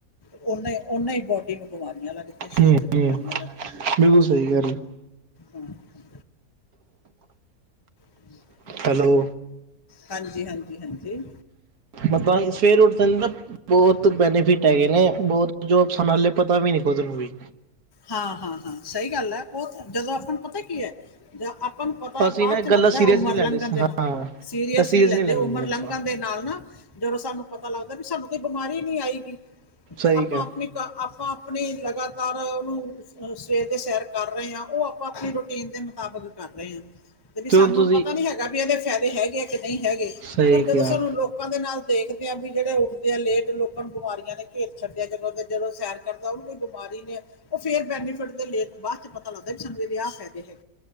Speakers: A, on the left (about 20°); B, on the right (about 75°).
A: ਉਹਨਾ- ਉਹਨਾ ਹੀ ਬੋਡੀ ਨੂੰ ਬਿਮਾਰੀਆਂ ਲੱਗਦੀਆਂ ਸਰੀਰ
B: ਹੂੰ
A: ਚ ਬਿਮਾਰੀਆਂ
B: ਹੂੰ
A: ਲੱਗਦੀਆਂ
B: ਬਿਲਕੁਲ, ਸਹੀ ਹੈ।
A: ਹਮ <unintelligible> ਹ <unintelligible>
B: ਹੈਲੋ।
A: ਹਾਂਜੀ, ਹਾਂਜੀ, ਹਾਂਜੀ।
B: ਮਤਲਬ ਸਵੇਰ ਉੱਠਨ ਨਾਲ ਬਹੁਤ ਬੈਨੀਫਿਟ ਹੈਗੇ ਨੇ ਬਹੁਤ। ਜੋ ਸਮਾਲੇ ਪਤਾ ਵੀ ਨੀ ਖੁਦ ਨੂੰ ਵੀ।
A: ਹਾਂ-ਹਾਂ-ਹਾਂ ਸਹੀ ਗੱਲ ਐ ਉਹ ਜਦੋਂ ਆਪਾਂ ਨੂੰ ਪਤਾ ਕੀ ਐ ਜਾਂ ਆਪਾਂ ਨੂੰ ਪਤਾ
B: ਅਸੀਂ
A: ਬਾਦ
B: ਨਾ ਇਹ
A: ਚ ਲੱਗਦਾ
B: ਗੱਲਾਂ ਸੀਰੀਅਸ
A: ਉਮਰ
B: ਨਹੀਂ ਲੈਂਦੇ
A: ਲੰਘਣ ਦੇ ਨਾਲ ਸੀਰੀਅਸ
B: ਹਾਂ
A: ਨੀ ਲੈਂਦੇ
B: ਨਹੀਂ
A: ਉਮਰ
B: ਆਪਾਂ
A: ਲੰਘਣ ਦੇ ਨਾਲ ਨਾ ਜਦੋਂ ਸਾਨੂੰ ਪਤਾ ਲੱਗਦਾ ਵੀ ਸਾਨੂੰ ਕੋਈ ਬਿਮਾਰੀ ਨੀ ਆਏਗੀ ਤੇ
B: ਸਹੀ
A: ਆਪਾਂ
B: ਕਿਹਾ
A: ਆਪਣੀ ਆਪਾਂ ਆਪਣੇ ਲਗਾਤਾਰ ਸਵੇਰ ਦੇ ਸੈਰ ਕਰ ਰਹੇ ਹਾਂ ਉਹ ਆਪਾਂ ਆਪਣੀ ਰੂਟੀਨ ਦੇ ਮੁਤਾਬਿਕ ਕਰ ਰਹੇ ਆ। ਤੇ ਵੀ ਸਾਨੂੰ
B: ਹੁਣ ਤੁਸੀਂ
A: ਪਤਾ ਨੀ ਹੈਗਾ ਵੀ ਏਦੇ ਫਾਇਦੇ ਹੈਗੇ ਆ ਕਿ ਨੀ ਹੈਗੇ
B: ਸਹੀ
A: ਪਰ ਜਦੋਂ
B: ਕਿਹਾ
A: ਸਾਨੂੰ ਲੋਕ ਲੋਕਾਂ ਦੇ ਨਾਲ ਦੇਖਦੇ ਆ ਵੀ ਜਿਹੜੇ ਉੱਠਦੇ ਆ ਲੇਟ ਲੋਕਾਂ ਨੂੰ ਬਿਮਾਰੀਆਂ ਦੇ ਘੇਰ ਛੱਡਿਆ ਜਦੋਂ, ਜਦੋਂ ਸੈਰ ਕਰਦਾ ਉਹਨੂ ਕੌਈ ਬਿਮਾਰੀ ਨੇ ਓ ਫੇਰ ਬੈਨੀਫਿਟ ਦੇ ਲੇਖ ਬਾਦ ਚ ਪਤਾ ਲੱਗਦਾ ਸਾਨੂੰ ਏਦੇ ਆ ਫਾਯਦੇ ਨੇ।